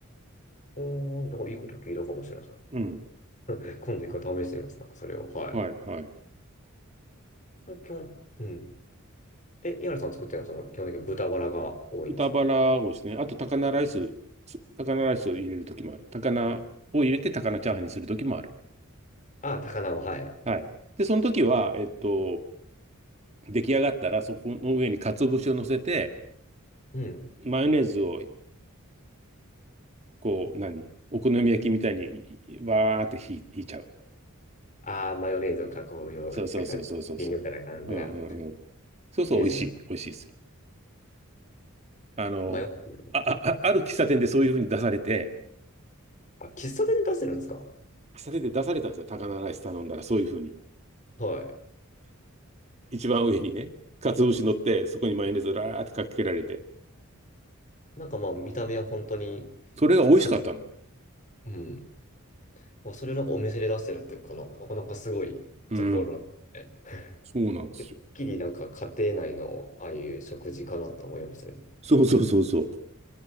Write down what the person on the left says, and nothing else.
うーん、なんかいいこと聞いたかもしれないですね。
<laughs> 今度一回試してみます。なんかそれを。はい。
まあ基本、うん。え、井原さん作ってるのは、その、基本的に豚バラが多いんですか
ああ、高菜は、はい。
うん。
ああ、マヨネーズを囲むようってか、
トッピングみたいな感じが、
いいですね。
マヨネーズ。
あ、喫茶店で出してるんですか
はい。
なんかまあ、見た目は本当に、
か、うん。まあそれをなんかお店で出してるっていうことの、なかなかすごいところで、
てっきりなんか家庭内のああいう食事かなと思いますね。